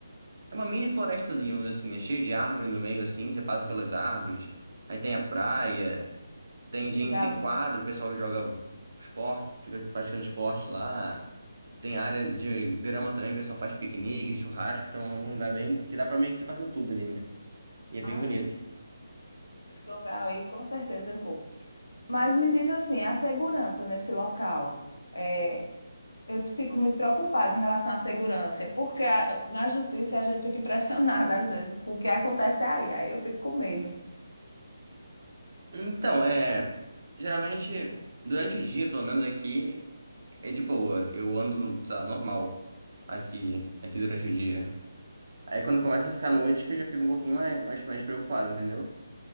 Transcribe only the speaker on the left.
Que
lugar
lindo.
Ah,
esse local aí com certeza eu vou. Mas me diz assim, a segurança nesse local. É, eu fico muito preocupada em relação à segurança, porque a- na justiça a gente fica impressionada às vezes com o que acontece aí. Aí eu fico com medo.